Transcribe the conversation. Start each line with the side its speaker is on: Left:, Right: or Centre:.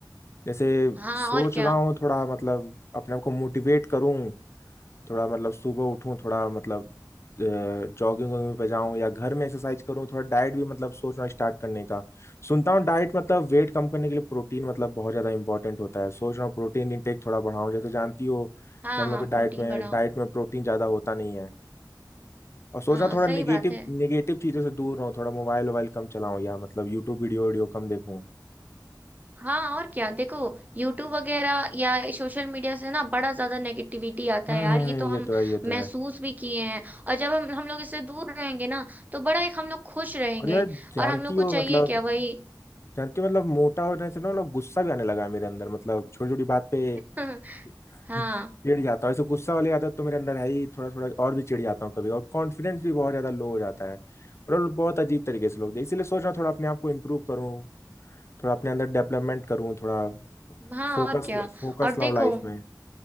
Left: जैसे
Right: हाँ
Left: सोच
Right: और क्या
Left: रहा हूँ थोड़ा मतलब अपने आप को मोटिवेट करूँ थोड़ा मतलब सुबह उठूँ थोड़ा मतलब जॉगिंग वॉगिंग पे जाऊँ या घर में एक्सरसाइज करूँ थोड़ा डाइट भी मतलब सोचना स्टार्ट करने का सुनता हूँ डाइट मतलब वेट कम करने के लिए प्रोटीन मतलब बहुत ज़्यादा इंपॉर्टेंट होता है सोच रहा हूँ प्रोटीन इंटेक थोड़ा बढ़ाऊँ जैसे जानती हो
Right: हाँ
Left: कि हम
Right: हाँ
Left: लोग के डाइट
Right: प्रोटीन
Left: में
Right: बढ़ाओ
Left: डाइट में प्रोटीन ज़्यादा होता नहीं है और सोच
Right: हाँ
Left: रहा हूँ थोड़ा
Right: सही
Left: निगेटिव
Right: बात है
Left: निगेटिव चीज़ों से दूर रहूँ थोड़ा मोबाइल वोबाइल कम चलाऊँ या मतलब यूट्यूब वीडियो वीडियो कम देखूँ
Right: हाँ और क्या देखो यूट्यूब वगैरह या सोशल मीडिया से ना बड़ा ज्यादा नेगेटिविटी आता
Left: हम्म
Right: है यार
Left: हम्म,
Right: ये
Left: हम्म,
Right: तो
Left: ये
Right: हम
Left: तो है ये तो
Right: महसूस
Left: है
Right: भी किए हैं और जब हम हम लोग इससे दूर रहेंगे ना तो बड़ा एक हम लोग खुश रहेंगे
Left: और यार जानती
Right: और हम लोग को
Left: हो
Right: चाहिए
Left: मतलब
Right: क्या वही
Left: जानती हो मतलब मोटा होने से ना मतलब गुस्सा भी आने लगा है मेरे अंदर मतलब छोटी छोटी बात पे
Right: <laughs>
Left: <laughs>
Right: हाँ
Left: चिढ़ जाता हूँ ऐसे गुस्सा वाली आदत तो मेरे अंदर है ही थोड़ा थोड़ा और भी चिढ़ जाता हूँ कभी और कॉन्फिडेंस भी बहुत ज्यादा लो हो जाता है और बहुत अजीब तरीके से लोग दे, इसीलिए सोच रहा हूँ थोड़ा अपने आप को इम्प्रूव करूँ थोड़ा अपने अंदर डेवलपमेंट करूँ थोड़ा
Right: हाँ
Left: फोकस
Right: और क्या
Left: फोकस
Right: और देखो
Left: लाऊं लाइफ में